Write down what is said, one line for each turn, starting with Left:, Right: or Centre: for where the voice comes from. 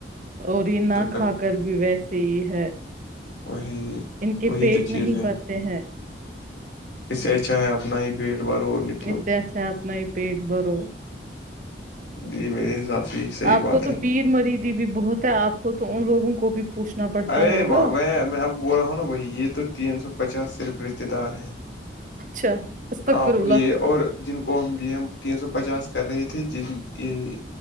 Right: اور یہ نہ
Left: تو
Right: کھا کر بھی ویسے ہی ہے
Left: ہمم
Right: ان کے
Left: وہی
Right: پیٹ
Left: تو چیز
Right: نہیں
Left: ہے
Right: بھرتے ہیں
Left: اسے اچھا ہے اپنا ہی پیٹ بھر اور نکلو
Right: اس سے اچھا ہے اپنا ہی پیٹ بھرو
Left: جی میرے حساب سے یہی صحیح
Right: آپ
Left: بات
Right: کو تو
Left: ہے
Right: پیر مریدی بھی بہت ہے آپ کو تو ان لوگوں کو بھی پوچھنا پڑتا
Left: ارے
Right: ہوگا
Left: میں آپ کو بول رہا ہوں نا وہی یہ تو تین سو پچاس صرف رشتے دار ہیں
Right: اچھا استغفر
Left: آپ
Right: اللہ
Left: یہ اور جن کو ہم یہ ہم تینسو پچاس کر رہے تھے جن یہ